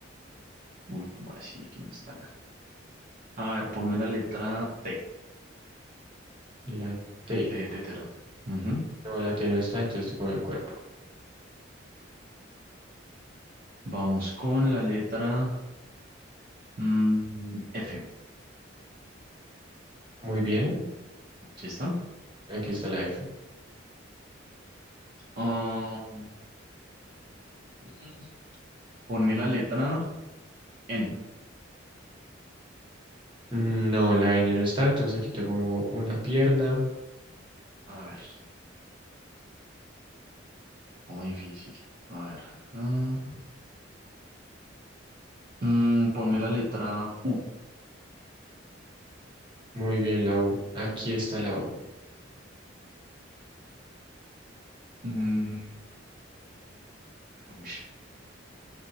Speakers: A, on the right (about 45°); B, on the right (about 25°).
A: Uy, ¿cómo así que no está? A ver, ponme la letra T.
B: La T.
A: T de tetero. Ujú.
B: No, la T no está. Entonces te pongo el cuerpo.
A: Vamos con la letra mm, F.
B: Muy bien.
A: ¿Sí está?
B: Aquí está la F.
A: Ah, mm, ponme la letra N.
B: No, la N no está. Entonces aquí te pongo una pierna.
A: A ver, está como difícil. A ver, acá. Mm, ponme la letra U.
B: Muy bien, la U. Aquí está la U.
A: Mm, uy,